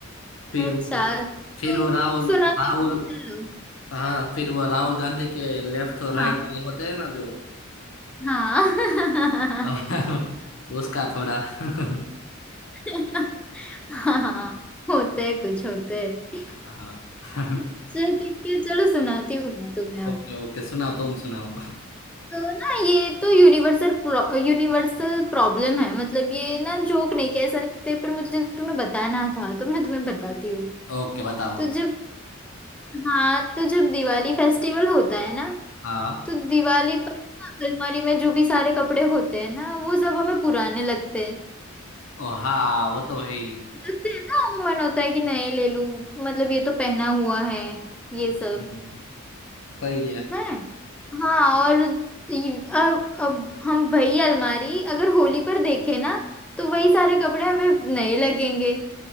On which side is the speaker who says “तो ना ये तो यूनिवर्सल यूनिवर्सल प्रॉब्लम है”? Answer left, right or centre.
Centre